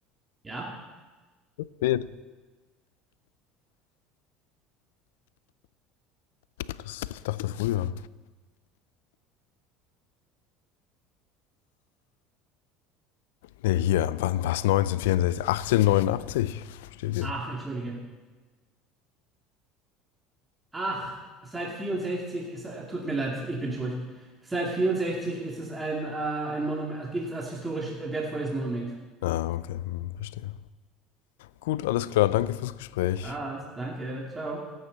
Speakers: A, on the right; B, on the left.
A: Ja?
B: Spät. Das, ich dachte früher. Nee, hier. Wann, was, 1964? 1889 steht hier.
A: Ach, entschuldige. Ach, seit 64 ist, äh, tut mir leid, ich bin schuld. Seit 64 ist es ein, äh, ein Monument, gilt als historisch wertvolles Monument.
B: Ah, okay. Hm, verstehe. Gut, alles klar. Danke fürs Gespräch.
A: Was? Danke, ciao.